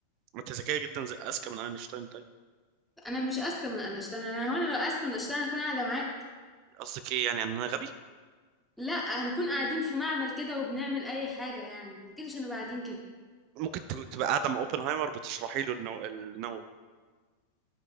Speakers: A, on the right; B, in the centre.
A: ما انت ذكيه جدا زي اذكى من اينشتاين طيب
B: انا مش اذكى من اينشتاين انا هو انا لو اذكى من اينشتاين هكون قاعده معاك
A: قصدك ايه يعني ان انا غبي
B: لا هنكون قاعدين في معمل كده وبنعمل اي حاجه يعني ما كدهش هنبقى قاعدين كده
A: ممكن ت- تبقى قاعده مع اوبنهايمر بتشرحي له النو... النووي